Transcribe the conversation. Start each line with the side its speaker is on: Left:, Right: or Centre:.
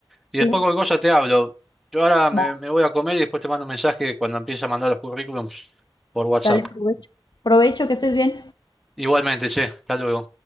Centre: Y
Left: Sí,
Centre: después cualquier cosa te hablo. Yo ahora me,
Left: va.
Centre: me voy a comer y después te mando un mensaje cuando empiece a mandar los currículums por WhatsApp.
Left: Dale, provecho. Provecho, que estés bien.
Centre: Igualmente, che, hasta luego.